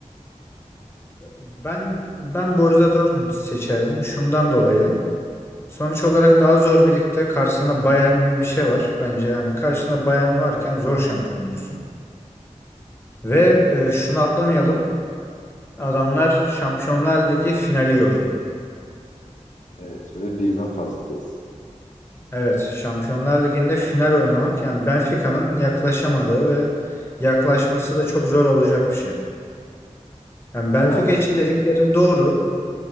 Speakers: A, on the left (about 20°); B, on the left (about 75°).
A: Ben ben Borussia Dortmund seçerdim şundan dolayı. Sonuç olarak daha zor bir ligde karşısında Bayern gibi bir şey var. Bence yani karşında Bayern varken zor şampiyon olursun. Ve e, şunu atlamayalım. Adamlar Şampiyonlar Ligi finali gördü.
B: Evet ve birden fazla kez.
A: Evet, Şampiyonlar Ligi'nde final oynamak yani Benfica'nın yaklaşamadığı ve yaklaşması da çok zor olacak bir şey. Yani
B: Yani
A: Benfica için dediklerin doğru